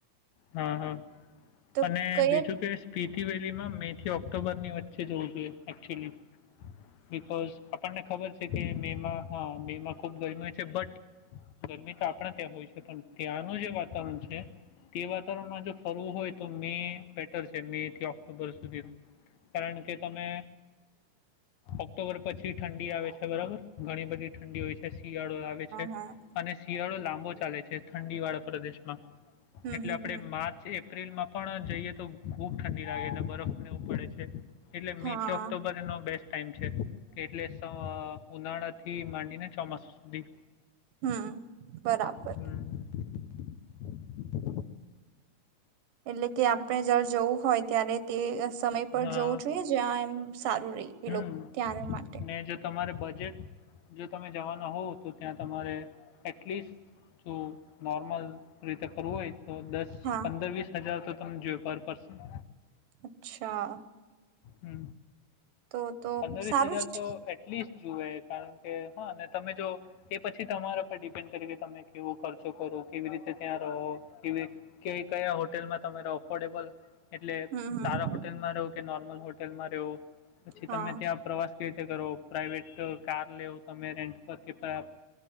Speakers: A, on the left (about 70°); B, on the right (about 85°).
A: હા હા
B: તો
A: અને
B: કયા
A: બીજું કે પીતી વેલીમાં મે થી ઓક્ટોબર ની વચ્ચે જવું જોઈએ એકચુલી બિકોઝ આપણને ખબર છે કે મેમાં હા મેમાં ખુબ ગરમી હોય છે બટ ગરમી તો આ આપણા ત્યાં હોય છે પણ ત્યાંનું જે વાતાવરણ છે. તે વાતાવરણમાં જો કરવું હોય તો મે બેટર છે મે થી ઓક્ટોબર સુધીનો કારણ કે તમે ઓક્ટોબર પછી ઠંડી આવે છે બરાબર ઘણી બધી ઠંડી હોય છે શિયાળો આવે છે
B: હા
A: અને શિયાળો લાંબો ચાલે છે ઠંડી વાળા પ્રદેશમાં
B: હમ
A: એટલે
B: હમ
A: આપણે
B: હમ
A: માર્ચ એ એપ્રિલમાં પણ જઈએ તો ખૂબ ઠંડી લાગે અને બરફને એવું પડે છે. એટલે
B: હા
A: મેથી ઓક્ટોબર એનો બેસ્ટ ટાઈમ છે એટલે સ ઉનાળા થી માંડીને ચોમાસું બી
B: હમ બરાબર
A: હમ <inaudible> <inaudible>
B: એટલે કે આપણે જારે જવું હોય ત્યારે તે સમય પર
A: હા
B: જવું જોઈએ જ્યાં એમ સારું રેય એ
A: હમ
B: લોક ત્યા માટે
A: ને જો તમારે બજેટ જો તમે જવાના હો તો ત્યાં તમારે એટલીસ્ટ જો નોર્મલ રીતે ફરવું હોય તો દસ
B: હા
A: પંદર વીસ હજાર તો સમ જો પર પરસન
B: અચ્છા
A: હુ
B: તો તો
A: પંદર વીસ
B: સારું
A: હજાર
B: જ
A: તો એટલીસ્ટ જુએ કારણ કે હા તમે જો એ પછી તમારા પર ડિપેન્ડ કરી કે તમે કેવો ખર્ચો કરો કેવી રીતે ત્યાં રહો કેવી કેવી કયા હોટેલમાં તમે રહો અફોર્ડેબલ એટલે
B: હમ હમ
A: સારા હોટેલમાં રો નોમલ હુ હોટેલમાં રહ્યો પછી
B: હા
A: તમે ત્યાં પ્રવાસ કર તે કરો પ્રાઇવેટ કાર લેઓ તમે રેન્ટ પર કે પરા